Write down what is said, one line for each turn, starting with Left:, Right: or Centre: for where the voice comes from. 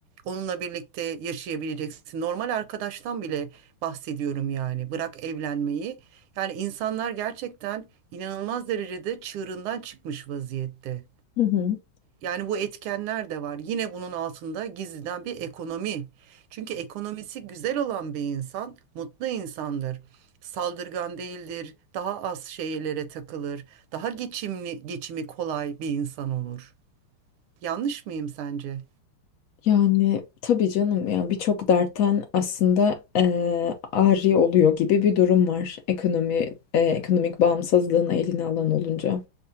Right: onunla birlikte yaşayabileceksin? Normal arkadaştan bile bahsediyorum yani. Bırak evlenmeyi. Yani insanlar gerçekten inanılmaz derecede çığırından çıkmış vaziyette.
Left: Hı hı.
Right: Yani bu etkenler de var. Yine bunun altında gizliden bir ekonomi. Çünkü ekonomisi güzel olan bir insan mutlu insandır. Saldırgan değildir, daha az şeylere takılır, daha geçimli, geçimi kolay bir insan olur. Yanlış mıyım sence?
Left: Yani tabii canım ya birçok dertten aslında eee ari oluyor gibi bir durum var. Ekonomi, eee, ekonomik bağımsızlığın eline alan olunca.